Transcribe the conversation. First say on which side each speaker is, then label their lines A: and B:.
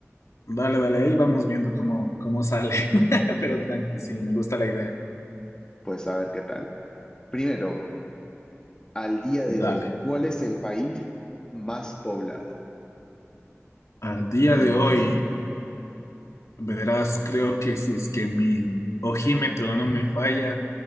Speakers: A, on the left (about 85°); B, on the left (about 15°).
A: Dale, dale, ahí vamos viendo cómo, cómo sale. <laughs> Pero tranqui, sí, me gusta la idea.
B: Pues a ver qué tal. Primero, al día de hoy,
A: Dale.
B: ¿cuál es el país más poblado
A: Al día
B: del
A: de
B: mundo?
A: hoy, verás, creo que si es que mi ojímetro no me falla,